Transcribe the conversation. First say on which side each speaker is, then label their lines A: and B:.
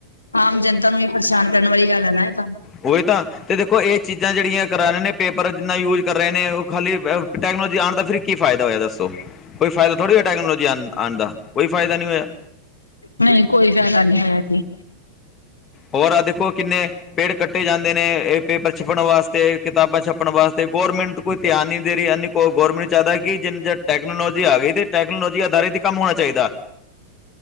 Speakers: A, on the left; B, on the left.
A: ਆਮ ਜਨ ਤਾ ਨੂੰ ਵੀ ਪਰੇਸ਼ਾਨ ਕਰਨ ਵਾਲੀ ਗੱਲ ਹੈ ਨਾ ਇਹ ਤਾਂ।
B: ਉਹੀ ਤਾਂ ਤੇ ਦੇਖੋ ਇਹ ਚੀਜ਼ਾ ਜਿਹੜੀਆ ਕਰਾ ਰਹੇ ਨੇ ਪੇਪਰ ਜਿੰਨਾ ਯੂਜ ਕਰ ਰਹੇ ਨੇ ਉਹ ਖਾਲੀ ਟੈਕਨੋਲੋਜੀ ਆਉਣ ਤਾ ਫਿਰ ਕੀ ਫਾਇਦਾ ਹੋਇਆ ਦੱਸੋ ਕੋਈ ਫਾਇਦਾ ਥੋੜ੍ਹਾ ਜਹਾ ਟੈਕਨੋਲੋਜੀ ਆ ਆਣ ਦਾ ਕੋਈ ਫਾਇਦਾ ਨੀ ਹੋਇਆ।
A: ਨਈ ਕੋਈ ਜ਼ਿਆਦਾ ਨੀ ਹੋਇਆ ਜੀ।
B: ਹੋਰ ਆ ਦੇਖੋ ਕਿੰਨੇ ਪੇੜ ਕੱਟੇ ਜਾਂਦੇ ਨੇ ਇਹ ਪੇਪਰ ਛੱਪਣ ਵਾਸਤੇ ਕਿਤਾਬਾਂ ਛੱਪਣ ਵਾਸਤੇ ਗੌਰਮੈਂਟ ਕੋਈ ਧਿਆਨ ਨਈ ਦੇ ਰਈ ਐਨੀ ਓ ਗਵਰਮੈਂਟ 'ਚਾਹਾਦਾ ਕਿ ਜਿੰਨ ਜਟ ਟੈਕਨੋਲੋਜੀ ਆ ਗਈ ਤੇ ਟੈਕਨੋਲੋਜੀ ਆਧਾਰ ਤੇ ਕੰਮ ਹੋਣਾ ਚਾਹੀਦਾ।